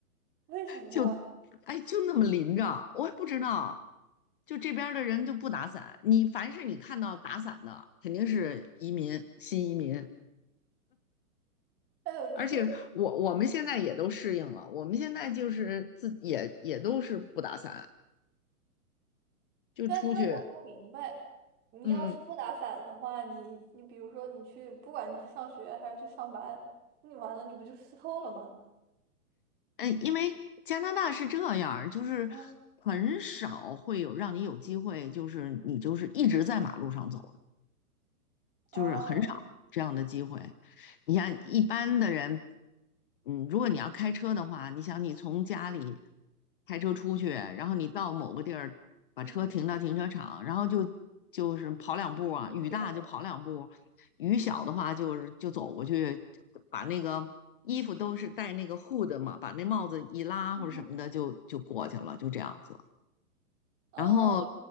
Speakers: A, on the right; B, on the left.
A: 为什么啊？
B: 就，哎，就那么淋着，我也不知道，就这边儿的人就不打伞，你凡是你看到打伞的，肯定是移民，新移民。
A: 哎呦，就是
B: 而且我我们现在也都适应了，我们现在就是自也也都是不打伞，就出去，
A: 但但我不明白，你要是不打伞的话，
B: 嗯，
A: 你你比如说你去，不管你去上学还是去上班，你完了你不就湿透了吗？
B: 嗯因为加拿大是这样儿就是很少会有让你有机会，
A: 嗯，
B: 就是你就是一直在马路上走就是很少这样的机会。
A: 哦，
B: 你像一般的人，嗯，如果你要开车的话，你想你从家里开车出去，然后你到某个地儿，把车停到停车场，
A: 嗯，
B: 然后就就是跑两步啊，
A: 进去了，
B: 雨大就跑两步，雨小的话就是就走过去，就把那个衣服都是戴那个 hood 嘛，把那帽子一拉或者什么的就就过去了，
A: 嗯哼，
B: 就这样子。
A: 哦，
B: 然后